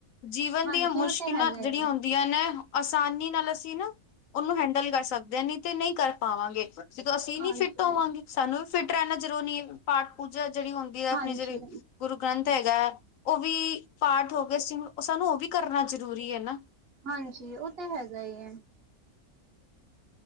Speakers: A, on the left; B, on the right.
A: ਜੀਵਨ
B: ਹਾਂਜੀ
A: ਦੀਆਂ ਮੁਸ਼ਕਿਲਾਂ
B: ਉਹ ਤੇ ਹੈਗਾ
A: ਜਿਹੜੀਆਂ
B: ਹੀ ਆ
A: ਹੂਨਦ ਯਾ ਨਾ ਆਸਾਨੀ ਨਾਲ ਅਸੀਂ ਨਾ ਉਹਨੂੰ ਹੈਂਡਲ ਕਰ ਸਕਦੇ ਹਾਂ ਨੀ ਤੇ ਕਰ ਪਾਵਾਂਗੇ ਜਦੋ ਅਸੀਂ
B: ਹਾਂਜੀ
A: ਨੀ ਫਿੱਟ ਹੋਵਾਂਗੇ, ਸਾਨੂੰ ਵੀ ਫਿੱਟ ਰਹਿਨਾ ਜਰੂਰੀ ਹੈ ਪਾਠ- ਪੂਜਾ ਜਿਹੜੀ ਹੁੰਦੀ ਦਿ
B: ਹਾਂਜੀ
A: ਆਖਨੇ ਜੇੜੇ ਗੁਰੂ ਗ੍ਰੰਥ ਹੈਗਾ ਉਹ ਵੀ ਪਾਠ ਹੋ ਗਏ ਸੁਰੂ, ਸਾਨੂੰ ਉਹ ਵੀ ਕਰਨਾ ਜ਼ਰੂਰੀ ਐ ਨਾ।
B: ਹਾਂਜੀ, ਉਹ ਤਾਂ ਹੈਗਾ ਈ ਐ!